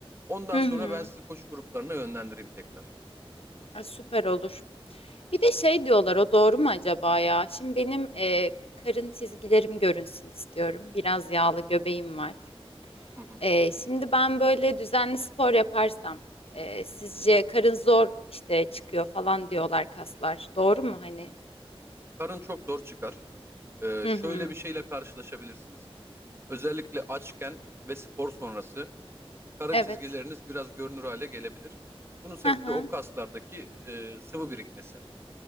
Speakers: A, on the right; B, on the left.
A: Ondan
B: Hı
A: sonra
B: hı.
A: ben sizi koşu gruplarına yönlendireyim tekrar.
B: Ha, süper olur. Bir de şey diyorlar o doğru mu acaba ya? Şimdi benim e, karın çizgilerim görünsün istiyorum. Biraz yağlı göbeğim var.
A: Hı hı.
B: E, şimdi ben böyle düzenli spor yaparsam e, sizce karın zor işte çıkıyor falan diyorlar kaslar. Doğru mu hani?
A: Karın çok zor çıkar. E,
B: Hı
A: şöyle
B: hı.
A: bir şeyle karşılaşabilirsiniz. Özellikle açken ve spor sonrası Karın
B: Evet.
A: çizgileriniz biraz görünür hale gelebilir. Bunun sebebi
B: Hı hı.
A: de o kaslardaki e, sıvı birikmesi.